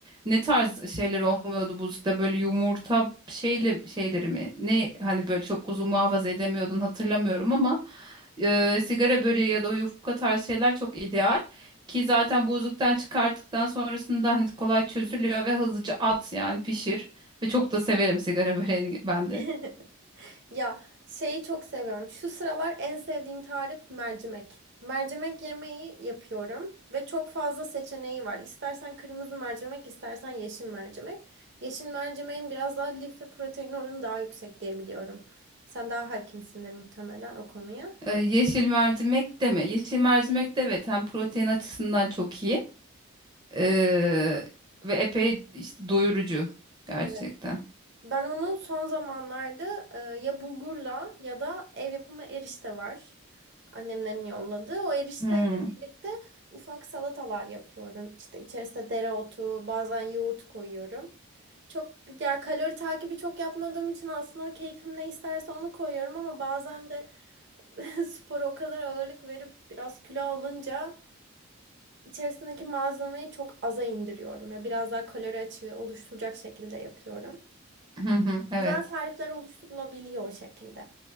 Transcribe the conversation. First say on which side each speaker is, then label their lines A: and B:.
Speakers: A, on the right; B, on the right.
A: ne tarz şeyler olmuyordu buzlukta böyle yumurta şeyle şeyleri mi? Ne hani böyle çok uzun muhafaza edemiyordun hatırlamıyorum ama e, sigara böreği ya da o yufka tarzı şeyler çok ideal. Ki zaten buzluktan çıkarttıktan sonrasında hani kolay çözülüyor ve hızlıca at yani pişir. Ve çok da severim sigara <laughs> böreğini ben
B: <laughs>
A: de.
B: Ya şeyi çok seviyorum. Şu sıralar en sevdiğim tarif mercimek. Mercimek yemeği yapıyorum ve çok fazla seçeneği var. İstersen kırmızı mercimek, istersen yeşil mercimek. Yeşil mercimeğin biraz daha lif ve protein oranı daha yüksek diye biliyorum. Sen daha hakimsindir muhtemelen o konuya.
A: Ee, yeşil mercimek de mi? Yeşil mercimek de evet hem protein açısından çok iyi. Ee, ve epey işte doyurucu gerçekten.
B: Evet. Ben onu son zamanlarda e, ya bulgurla ya da ev yapımı erişte var. Annemlerin yolladığı. O erişteyle
A: Hmm.
B: birlikte ufak salatalar yapıyorum. İşte içerisine dereotu, bazen yoğurt koyuyorum. Çok ya kalori takibi çok yapmadığım için aslında keyfim ne isterse onu koyuyorum ama bazen de <laughs> spora o kadar ağırlık verip biraz kilo alınca içerisindeki malzemeyi çok aza indiriyorum. Ya biraz daha kalori açığı oluşturacak şekilde yapıyorum.
A: Hı hı, Evet.
B: Güzel tarifler oluşturulabiliyor o şekilde.